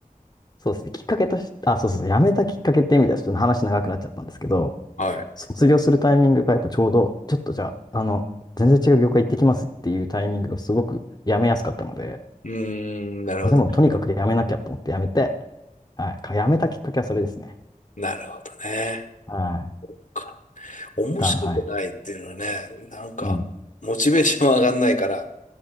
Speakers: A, on the left; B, on the left.
A: そうですね、きっかけとして、あ、そうそうそう、辞めたきっかけって意味ではちょっと話長くなっちゃったんですけど、
B: はい。
A: 卒業するタイミングがやっぱちょうど、ちょっとじゃあ、あの、全然違う業界行ってきますっていうタイミングがすごく辞めやすかったので、
B: うーん、なるほどね。
A: まあ、でもとにかく辞めなきゃと思って辞めて、
B: うん
A: はい、か辞めたきっかけはそれですね。
B: なるほどね。
A: はい。
B: か面白くないっていうのはね、
A: だ、はい。
B: なんか、
A: うん。
B: モチベーション上がんないから。